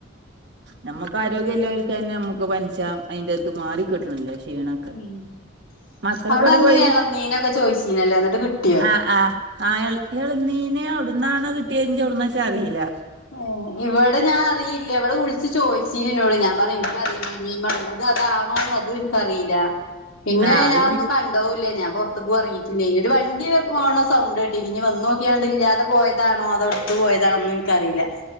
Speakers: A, on the right; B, on the left.
A: ഞമ്മക്ക് ആരോഗ്യല്ലോൽക്കെന്നെ മ്മുക്ക് പൻച്ചാ അയിന്റെത് മാറികിട്ട്ണല്ലാ ക്ഷീണൊക്കെ.
B: ഉം.
A: മക്കളൊക്കെ
B: അവ്ടന്ന്
A: എവിടെ പോയി
B: എളന്നീനൊക്കെ ചോയിച്ചീനല്ലോ? ന്നട്ട് കിട്ട്
A: ആഹ് ആഹ് ആയൽ എളനീന്. അവിടുന്നാണ് കിട്ടിയങ്കി അവിടനാച്ച അറിയില്ല.
B: ഏ ഇവിടെ ഞാൻറിയില്ല ഇവിടെ വിളിച്ച് ചോദിച്ചിന്നോട് ഞാൻ പറഞ്ഞ് എനിക്കറില്ല. <unintelligible> അതും എനിക്കറിയില്ല
A: <inaudible>
B: പിന്നെ
A: അയില്
B: ഞാൻ ഒന്നു
A: പിന്നെ
B: കൺ ഉണ്ടാവുല്ല ഞാൻ പുറത്തക്ക് പോവാൻ ഇറങ്ങിട്ടില്ല. ഇനി ഒരു വണ്ടി പോണ സൗണ്ട് കെട്ടിനി വന്ന് നോക്കിയാണ്ടില്ലാതെ പോയതാണോ അതോടുത്ത് പോയതാണോന്നും എനിക്കറില്ല.